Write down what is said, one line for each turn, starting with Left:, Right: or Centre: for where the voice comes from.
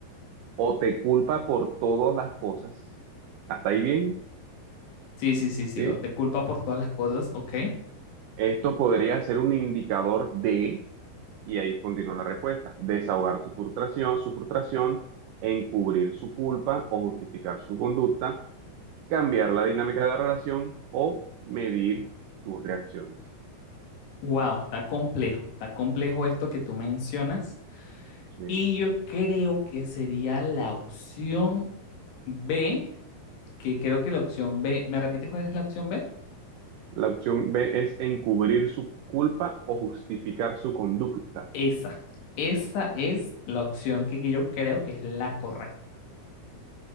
Right: O te culpa por todas las cosas. ¿Hasta ahí bien?
Left: Sí, sí, sí, sí,
Right: ¿sí?
Left: o te culpa por todas las cosas, ok.
Right: Esto podría ser un indicador de, y ahí continúa la respuesta, desahogar tu frustración, su frustración, encubrir su culpa o justificar su conducta, cambiar la dinámica de la relación o medir tus reacciones.
Left: Wow, está complejo, está complejo esto que tú mencionas.
Right: Sí.
Left: Y yo creo que sería la opción B, que creo que la opción B, ¿me repites cuál es la opción B?
Right: La opción B es encubrir su culpa o justificar su conducta.
Left: Esa, esa es la opción que que yo creo que es la correcta.